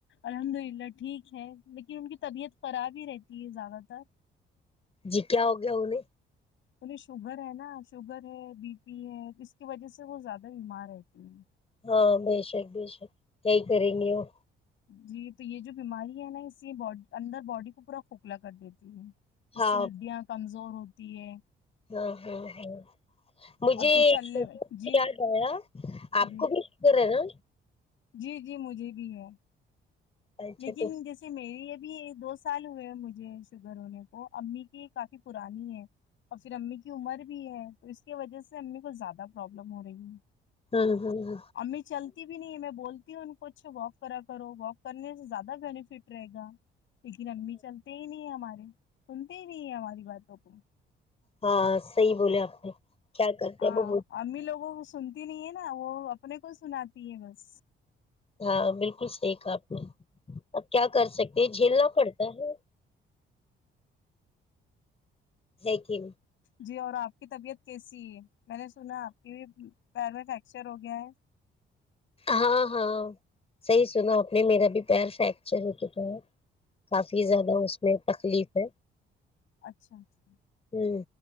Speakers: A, on the left; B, on the left.
A: الحمد للہ ٹھیک ہے لیکن ان کی طبیعت خراب ہی رہتی ہے زیادہ تر
B: جی کیا ہو گیا انہیں
A: انہیں شوگر ہے نا شوگر ہے بی پی ہے اس کی وجہ سے وہ زیادہ بیمار رہتے ہیں
B: ہاں بے شک بے شک یہئی کریں گے وہ
A: جی تو یہ جو بیماری ہے نا اسے اندر باڈی کو پورا کھوکھلا کر دیتی ہے اس
B: ہاں
A: سے ہڈیاں کمزور ہوتی ہے
B: ہاں ہاں مجھے
A: اور پھر چلنے میں، جی
B: یاد آیا آپ
A: جی
B: کو بھی فکر ہے نا
A: جی جی مجھے بھی ہے
B: اچھا
A: لیکن
B: تو
A: جیسے میری ابھی دو سال ہوئے ہیں مجھے شوگر ہونے کو امی کی کافی پرانی ہے اور پھر امی کی عمر بھی ہے تو اس کی وجہ سے امی کو زیادہ پرابلم ہو رہی ہے
B: ہوں ہوں ہ
A: امی چلتی بھی نہیں ہے میں بولتی ہوں ان کو اچھ واک کرا کرو واک کرنے زیادہ بینفٹ رہے گا لیکن امی چلتے تے ہی نہیں ہے ہمارے سنتے ہی نہیں ہیں ہماری باتوں کو
B: ہاں صحیح بولے آپ نے کیا کرتے
A: ہاں
B: ہیں وہ
A: امی لوگوں کو سنتی نہیں ہے نا وہ اپنے کو سناتی ہیں بس
B: ہاں بالکل صحیح کہا آپ نے اب کیا کر سکتے یہ جھیلنا پڑتا ہے ہے کہ
A: جی اور آپ کی طبیعت کیسی ہے میں نے سنا آپ کی پیر میں فریکچر ہو گیا ہے
B: ہاں ہاں صحیح سنا آپ نے میرا بھی پیر فریکچر ہو کے تو ہے کافی زیادہ اس میں تکلیف ہے
A: اچھا اچھا
B: ہوں